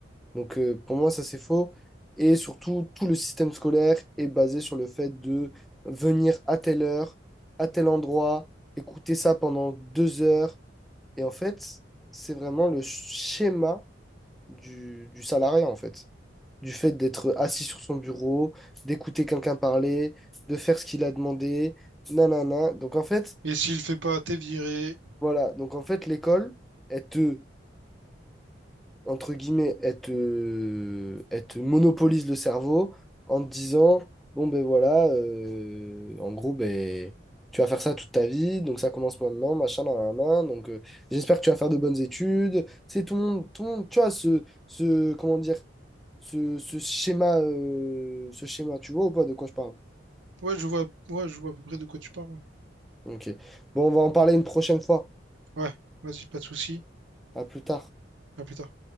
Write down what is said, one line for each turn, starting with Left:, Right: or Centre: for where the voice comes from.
Centre: Donc euh, pour moi, ça c'est faux. Et surtout, tout le système scolaire est basé sur le fait de venir à telle heure, à tel endroit, écouter ça pendant deux heures. Et en fait, c'est vraiment le schéma du, du salarié, en fait. Du fait d'être assis sur son bureau, d'écouter quelqu'un parler, de faire ce qu'il a demandé, nanana. Donc en fait,
Right: Et s'il le fait pas, t'es viré.
Centre: voilà. Donc en fait, l'école, elle te entre guillemets, elle te, elle te monopolise le cerveau en te disant, bon ben voilà, euh, en gros, ben, tu vas faire ça toute ta vie, donc ça commence maintenant, machin, nan, nan, nan, donc euh, j'espère que tu vas faire de bonnes études. C'est tout le monde, tout le monde, tu vois, ce, ce comment dire, ce, ce schéma, euh, ce schéma, tu vois ou pas de quoi je parle?
Right: Ouais, je vois, ouais, je vois à peu près de quoi tu parles.
Centre: Ok. Bon, on va en parler une prochaine fois.
Right: Ouais, Ouais, vas-y, pas de souci.
Centre: À plus tard.
Right: À plus tard.